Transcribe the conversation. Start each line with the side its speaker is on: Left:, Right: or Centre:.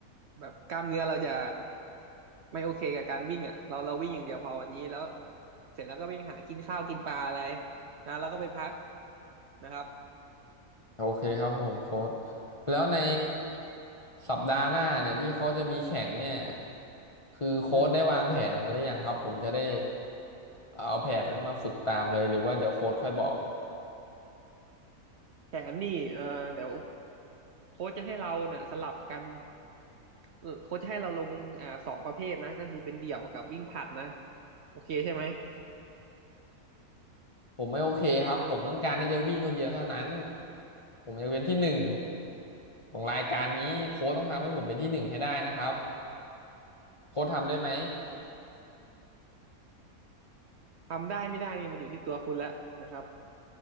Right: แบบกล้ามเนื้อเราจะไม่โอเคกับการวิ่งอ่ะเราเราวิ่งอย่างเดียวพอวันนี้แล้วเสร็จแล้วก็ไปหากินข้าวกินปลาอะไรนะแล้วก็ไปพักนะครับ
Left: โอเคครับผมโค้ชแล้วในสัปดาห์หน้าเนี่ยที่เขาจะมีแข่งเนี่ยคือโค้ชได้วางแผนไว้หรือยังครับผมจะได้
Right: อืม
Left: เอาแผนนั้นมาฝึกตามเลยหรือว่าเดี๋ยวโค้ชค่อยบอก
Right: แถมนี่เออเดี๋ยวโค้ชจะให้เราเนี่ยสลับกัน เออโค้ชจะให้เราลงอ่าสองประเภทนะก็คือเป็นเดี่ยวกับวิ่งผลัดนะโอเคใช่ไหม
Left: ผมไม่โอเคครับผมต้องการที่จะวิ่งคนเดียวเท่านั้นผมจะเป็นที่หนึ่งของรายการนี้โค้ชต้องทำให้ผมเป็นที่หนึ่งให้ได้นะครับโค้ชทำได้ไหม
Right: ทำได้ไม่ได้นี่มันอยู่ที่ตัวคุณแล้วนะครับ